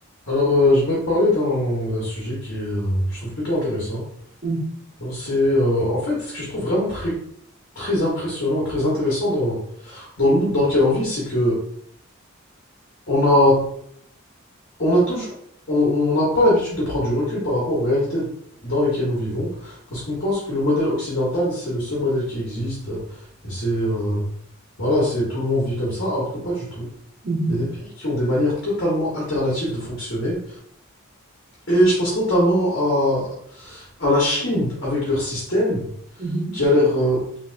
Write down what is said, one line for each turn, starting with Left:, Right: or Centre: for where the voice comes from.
Left: Alors, euh, j'aimerais te parler d'un d'un sujet qui est, euh, que je trouve plutôt intéressant.
Right: Mhm,
Left: Alors, C'est, euh, en fait, ce que je trouve vraiment très, très impressionnant, très intéressant dans, dans le monde dans lequel on vit, c'est que on a, on a toujours, on on n'a pas l'habitude de prendre du recul par rapport aux réalités dans lesquelles nous vivons, parce qu'on pense que le modèle occidental, c'est le seul modèle qui existe, euh, et c'est, euh, voilà, c'est tout le monde vit comme ça, alors que pas du tout.
Right: mhm,
Left: Il y a des pays qui ont des manières totalement alternatives de fonctionner, Et je pense notamment à, à la Chine avec leur système
Right: mhm.
Left: qui a l'air euh,